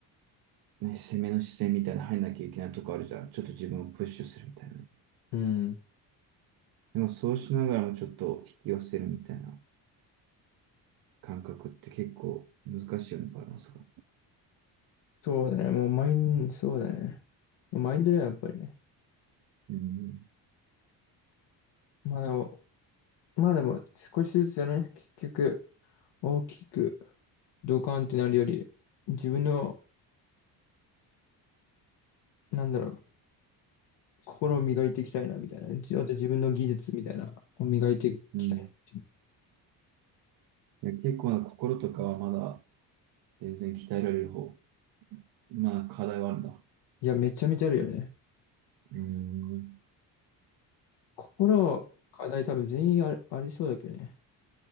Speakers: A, on the right; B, on the left.
A: ね、攻めの視線みたいな入んなきゃいけないとこあるじゃん。ちょっと自分をプッシュするみたいなね。
B: うん。
A: でもそうしながらもちょっと引き寄せるみたいな感覚って結構難しいよね、バランスが。
B: そうだね。もうマイン、そうだね。マインドはやっぱりね。
A: うん。
B: まだ、まあでも少しずつだね。結局、大きくドカンってなるより、自分の、なんだろう、心を磨いていきたいな、みたいな。じあと自分の技術みたいな、を磨いていきたいなっていう。
A: うん。いや、結構な心とかはまだ全然鍛えられる方。まあ課題はあるんだ。
B: いや、めちゃめちゃあるよね。
A: うん。
B: 心、課題多分全員あり、ありそうだけどね。